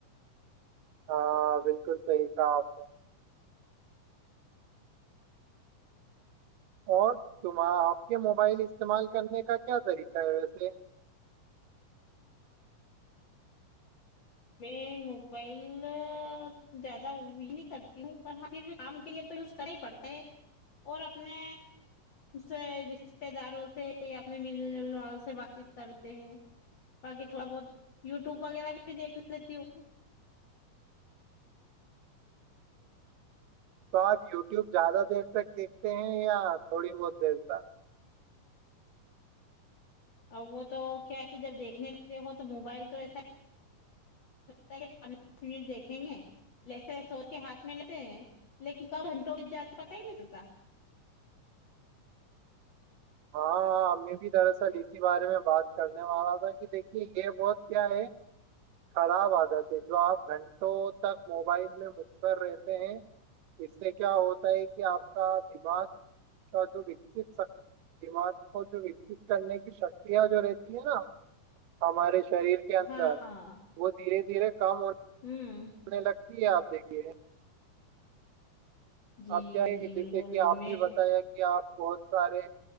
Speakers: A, on the right (about 85°); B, on the left (about 35°).
A: ہاں بالکل صحی کہ آپ نے <unintelligible> اور تم آپ کے موبائل استعمال کرنے کا کیا طریقہ ہے ویسے
B: میں موبائل زیادہ نہیں کرتی ہوں پر پھر بھی کام کے لیے تو یوز کرنا ہی پڑتا ہے اور اپنے سے رشتے داروں سے یا اپنے ملنے جلنے والوں سے بات چیت کرتے ہیں باقی تھوڑا بہت یوٹیوب وغیرہ پہ بھی دیکھ لیتی ہوں
A: تو آپ یوٹیوب زیادہ دیر تک دیکھتے ہیں یا تھوڑی بہت دیر تک
B: وہ تو کیا ہے کہ جب دیکھنے لگتے ہو تو موبائل تو ایسا پان منٹ دیکھیں گے لسے سوچ کے ہاتھ میں لیتے ہیں لیکن کب گنٹوں جات پتا ہی نہیں چتا
A: ہاں میں بھی دراصل اسی بارے میں بات کرنے والا تھا کہ دیکھیے یہ بہت کیا ہے خراب عادت ہے جو آپ گھنٹوں تک موبائل میں مخصر رہتے ہیں اس سے کیا ہوتا ہے کہ آپ کا دماغ کا جو وکس دماغ کو جو وکست کرنے کی شکتیاں جو رہتی ہے نا ہمارے شریر کے اندر
B: ہاں
A: وہ دھیرے دھیرے کم ہونا
B: ہوں
A: سنے لگتی ہے آپ دیکھیے <inaudible>
B: جی
A: آپ کیااہیں
B: جی
A: گے
B: بالکل
A: جیسے کہ آپ
B: میں
A: بھی بتایا کہ آپ <unintelligible> بہت سارے